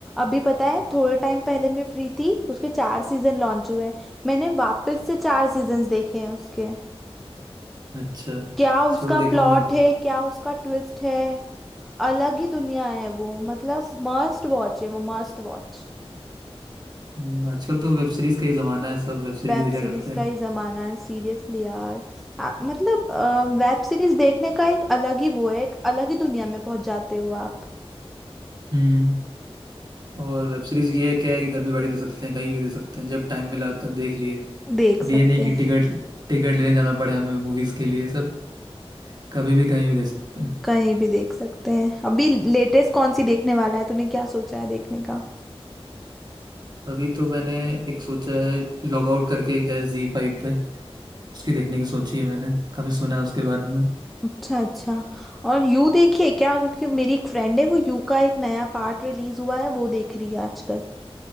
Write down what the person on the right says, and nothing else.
अच्छा
जरूर देखूंगा
मैं अभी
हम्म, आजकल तो वेब सीरीज का ही जमाना है सब वेब सीरीज
देखा
करते हैं
हम्म और वेब सीरीज ये है क्या है कि घर में बैठे देख सकते हैं कहीं भी देख सकते हैं जब टाइम मिला तब देख लिए
अब
ये नहीं कि
टिकट टिकट लेने जाना पड़े हमें मूवीज के लिए सब कभी भी कहीं भी देख सकते हैं
अभी तो मैंने एक सोचा है लॉग आउट करके एक है जी फाइव पे उसकी देखने की सोची है मैंने काफी सुना है उसके बारे में